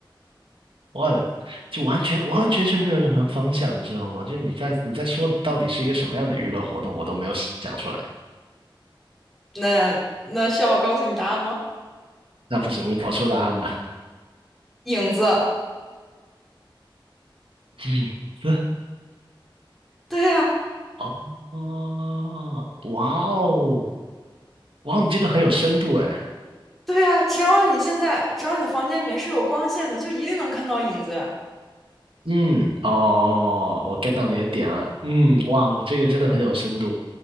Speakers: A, on the right; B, in the centre.
A: 我的，就完全完完全全没有任何方向，你知道吗？就你在你在说的到底是一个什么样的娱乐活动，我都没有想出来。
B: 那那需要我告诉你答案吗？
A: 那不行，你给我说答案吧。
B: 影子。
A: 影子
B: 对呀，
A: <laughs> 哦，哦，哇哦，哇哦，你这个很有深度哎。
B: 对呀，只要你现在只要你的房间里面是有光线的，就一定能看到影子呀。
A: 嗯，哦，我 get 到你的点了。嗯，哇，哦，这个真的很有深度，